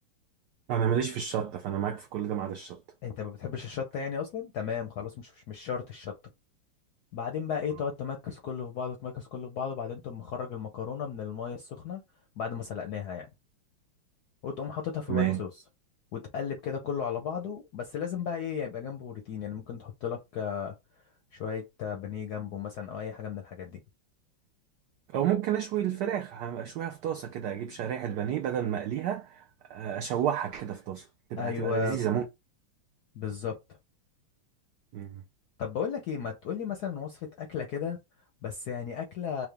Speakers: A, on the right (about 80°); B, on the left (about 70°).
A: انا ماليش في الشطة فانا معاك في كل ده ما عدا الشطة
B: انت ما بتحبش الشطه يعني اصلا تمام خلاص مش مش مش شرط الشطه بعدين بقى ايه
A: آه.
B: تقعد تمكس كله في بعضه تمكس كله في بعضه بعدين تقوم مخرج المكرونه من المايه السخنه بعد ما سلقناها يعني وتقوم حاططها في
A: تمام
B: الوايت صوص وتقلب كده كله على بعضه بس لازم بقى ايه يبقى جنبه بروتين يعني ممكن تحط لك آه، شويه آه، بانيه جنبه مثلا او اي حاجه من الحاجات دي
A: او ممكن اشوي الفراخ اشويها في طاسة كده اجيب شرايح البانيه بدل ما اقليها آه، اشوحها كده في طاسة تبقى
B: ايوه
A: تبقى لذيذة ممكن
B: بالظبط
A: مم.
B: طب بقول لك ايه ما تقول لي مثلا وصفه اكله كده بس يعني اكله